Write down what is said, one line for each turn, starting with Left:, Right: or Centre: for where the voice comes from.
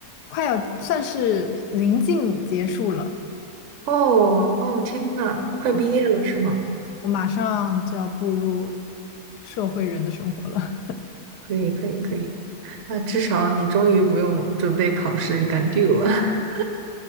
Left: 快要算是临近结束了。
Right: 哦哦，天呐，快毕业了是吗？
Left: 嗯，我马上就要步入社会人的生活了。
Right: 可以，可以，可以。那至少你终于不用准备考试赶 due 了。<laughs>